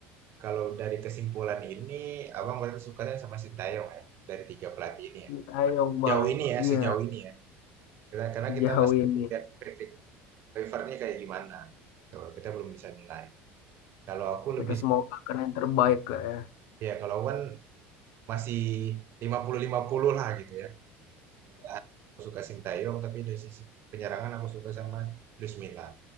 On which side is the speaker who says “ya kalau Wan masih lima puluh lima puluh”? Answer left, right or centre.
Right